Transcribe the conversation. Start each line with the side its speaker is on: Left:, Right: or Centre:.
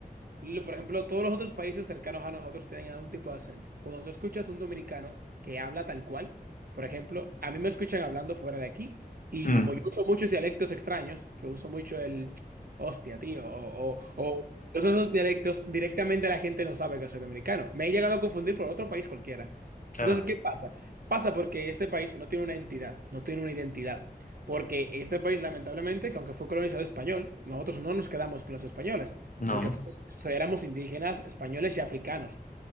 Right: lo- Por ejemplo, todos los otros países cercanos a nosotros tienen algún tipo de acento. Cuando tú escuchas un dominicano que habla tal cual, por ejemplo, a mí me escuchan hablando fuera de aquí y
Left: Mm,
Right: como yo uso muchos dialectos extraños, que uso mucho el hostia, tío, o, o, o todos esos dialectos, directamente la gente no sabe que soy dominicano. Me he llegado a confundir por otro país cualquiera.
Left: claro,
Right: Entonces, ¿qué pasa? Pasa porque este país no tiene una entidad, no tiene una identidad. Porque este país, lamentablemente, que aunque fue colonizado español, nosotros no nos quedamos con los españoles
Left: no,
Right: porque pues, éramos indígenas, españoles y africanos